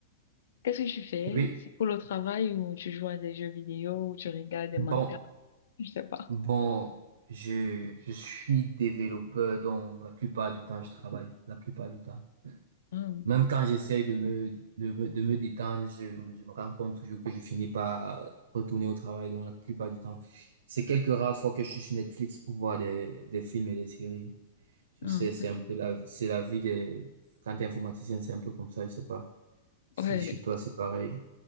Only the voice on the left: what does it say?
Qu'est-ce que tu fais?
C'est pour le travail ou tu joues à des jeux vidéo ou tu regardes des
mangas? <laughs> Je sais pas.
Hmm,
hmm,
ok.
Ouais,